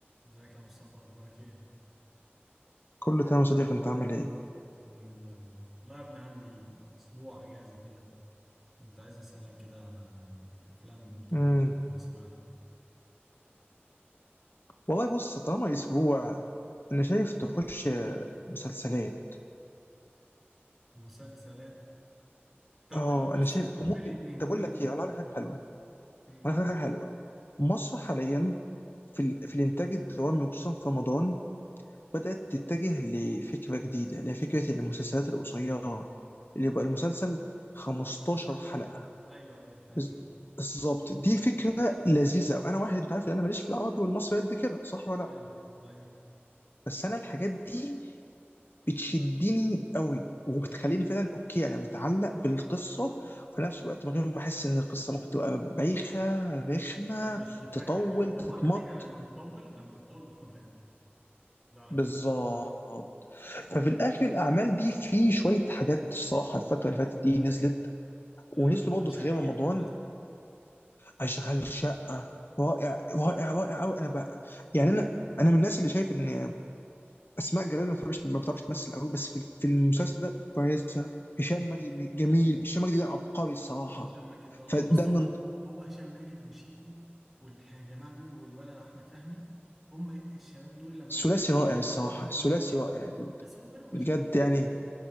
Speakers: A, in the centre; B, on the left.
A: ازيك يا مصطفى اخبارك ايه
B: كله تمام يا صديقي انت عامل ايه؟
A: الحمد لله والله والله يا ابني عندي اسبوع اجازه كده كنت عايز اسالك كده عن افلام طب
B: امم
A: نسمعها
B: والله بص طالما اسبوع انا شايف تخش مسلسلات
A: مسلسلات طب
B: اه
A: قول لي
B: انا
A: بص
B: شايف
A: احنا نقول
B: وممكن
A: الاثنين
B: طب
A: نقول
B: اقول
A: الاثنين
B: لك ايه اقول لك حاجه حلوه
A: امم
B: اقول لك حاجه حلوه مصر حاليا في ال... في الانتاج الدرامي وخصوصا في رمضان بدات تتجه لفكره جديده اللي هي فكره المسلسلات القصيره اللي يبقى المسلسل 15
A: 15 حلقه
B: حلقه
A: ايوه ايوه فعلا
B: بز- بالظبط دي فكره لذيذه قوي انا واحد انت عارف ان انا ماليش في العربي والمصري قد كده صح ولا لا
A: ايوه ايوه
B: بس انا الحاجات دي بتشدني قوي وبتخليني فعلا اوكي انا متعلق بالقصه في نفس الوقت من غير ما احس ان القصه ممكن تبقى بايخه رخمه
A: هو مش هترخم
B: تطول
A: ايوه
B: تتمط
A: هو على فكره لما بتطول لما بتطول بتكون رخم ده على
B: بالظبط
A: فكره
B: ففي الاخر الاعمال دي في شويه حاجات الصراحه الفتره اللي فاتت دي نزلت ونزلوا
A: آه، اشغال
B: برضه
A: شقه
B: في غير رمضان
A: جدا
B: اشغال شقه رائع رائع رائع قوي انا بقى يعني انا انا من الناس اللي شايف ان اسماء جلال ما بتعرفش ما بتعرفش تمثل قوي بس في في المسلسل ده كويسه هشام مجدي جميل هشام مجدي ده عبقري الصراحه
A: هشام ماجد اه
B: فده
A: هو بص هو
B: من
A: هو هشام ماجد وشيكو والجماعه دول والولا احمد فهمي هم الشباب دول لما
B: ثلاثي
A: من
B: رائع الصراحه ثلاثي
A: اه
B: رائع يا دود
A: بس هم بينهم مشاكل
B: بجد يعني